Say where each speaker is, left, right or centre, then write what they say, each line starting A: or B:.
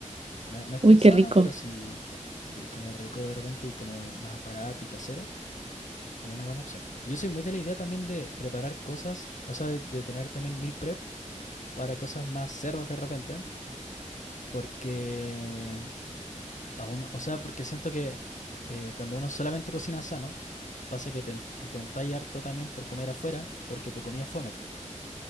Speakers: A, on the left; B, on the right.
A: Que no, no es
B: Uy,
A: tan sano,
B: qué rico.
A: pero sí, claro, si queréis comer rico de repente y como más barato y casero, es una buena opción. Yo soy muy de la idea también de preparar cosas, o sea, de, de tener también meal prep para cosas más cerdas de repente, porque aún, o sea, porque siento que eh, cuando uno solamente cocina sano, pasa que te, te tentáis harto también por comer afuera, porque tu comida es fome, po.